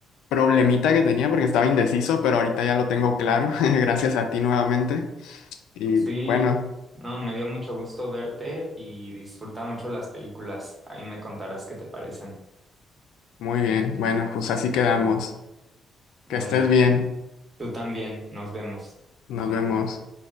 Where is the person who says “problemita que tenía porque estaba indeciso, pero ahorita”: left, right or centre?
Left